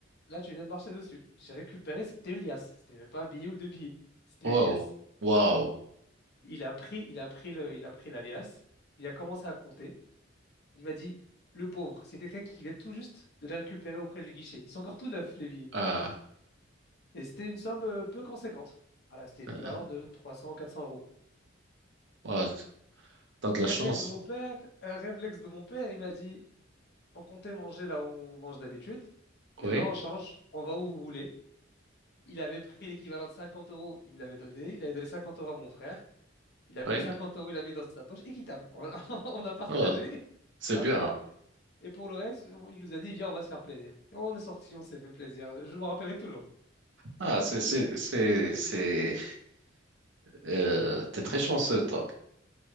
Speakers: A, on the left; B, on the right.
A: Là, tu viens de marcher dessus. J'ai récupéré, c'était une liasse. C'était même pas un billet ou deux billets. C'était
B: Waouh,
A: une liasse.
B: waouh.
A: Il a pris, il a pris le, il a pris l'alias. Il a commencé à compter. Il m'a dit, le pauvre, c'est quelqu'un qui vient tout juste de les récupérer auprès du guichet. Ils sont encore tout neufs, les billets.
B: Ah,
A: Et c'était une somme euh, peu conséquente. Voilà, c'était l'équivalent
B: euh,
A: de 300, ou 400 euros.
B: ouais, t'as de la
A: Réflexe
B: chance.
A: de mon père, euh, réflexe de mon père, il m'a dit, on comptait manger là où on mange d'habitude. Maintenant,
B: Oui,
A: on change, on va où vous voulez. Il avait pris l'équivalent de 50 euros, il me l'avait donné. Il avait donné 50 euros à mon frère. Il a
B: oui.
A: pris 50 euros, il l'avait mis dans sa poche. Équitable. On, <laughs> on a partagé
B: Ouais, c'est
A: à
B: bien.
A: trois. Et pour le reste, il nous a dit, viens, on va se faire plaisir. Et on est sorti, on s'est fait plaisir. Je m'en rappellerai toujours.
B: Ah, c'est, c'est, c'est, c'est, euh, t'es très chanceux, toi.